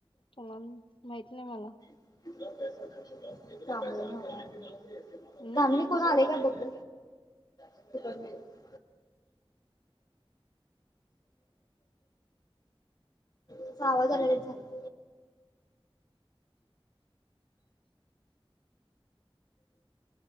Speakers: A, on the left; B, on the left.
A: तुला माहित नाही मला.
B: <unintelligible>
A: हम्म
B: धामणी कोण आलंय काय बग ग ह <unintelligible> तसा आवाजच आल्यावरच झालं.